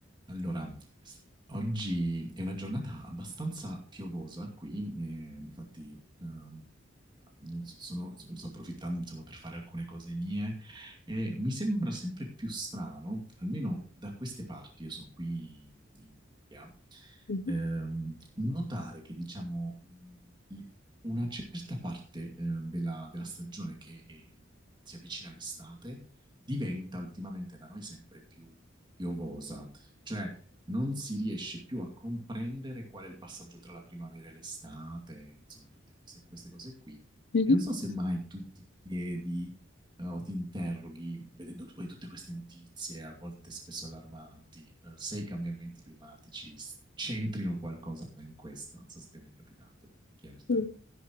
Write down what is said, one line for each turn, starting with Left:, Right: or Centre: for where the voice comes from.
Right: Allora, s- oggi è una giornata abbastanza piovosa qui, eh, difatti ehm, non so- sono- sto approfittando insomma, per fare alcune cose mie e mi sembra sempre più strano, almeno da queste parti, io sono qui in Puglia,
Left: Mhm.
Right: ehm, notare che diciamo mh, l- una certa parte eh, della, della stagione che eh, si avvicina all'estate diventa ultimamente da noi sempre più piovosa. Cioè, non si riesce più a comprendere qual è il passaggio tra la primavera e l'estate, insomma, tutte cose- queste cose qui.
Left: Mhm.
Right: E non so se mai tu ti chiedi, eh, o ti interroghi, vedendo tu poi tutte queste notizie, a volte spesso allarmanti, eh, se i cambiamenti climatici s- c'entrino qualcosa in questo. Non so se ti è mai capitato di chiedertelo.
Left: Sì.